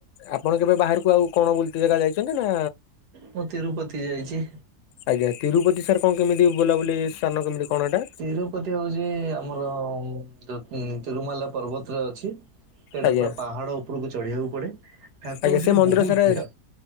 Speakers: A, on the left; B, on the right.
A: ଆପଣ କେବେ ବାହାରକୁ ଆଉ କଣ ବୁଲତେ ଜାଗା ଯାଇଛନ୍ତି ନା
B: ମୁଁ ତିରୁପତି ଯାଇଛି।
A: ଆଜ୍ଞା। ତିରୁପତି ସାର୍ କଣ କେମିତି ବୁଲାବୁଲି ସ୍ଥାନ କେମିତି କଣ ଏଟା?
B: ତିରୁପତି ହଉଛି ଆମର ଯୋତି ତିରୁମାଲା ପର୍ବତରେ ଅଛି। ସେଟା
A: ଆଜ୍ଞା
B: ପୁରା ପାହାଡ଼ ଉପରକୁ ଚଢିବାକୁ ପଡେ। ଠାକୁରଙ୍କ
A: ଆଜ୍ଞା ସେ
B: ସେଠି
A: ମନ୍ଦିର
B: ବହୁତ
A: ସାର୍
B: ଭିଡ।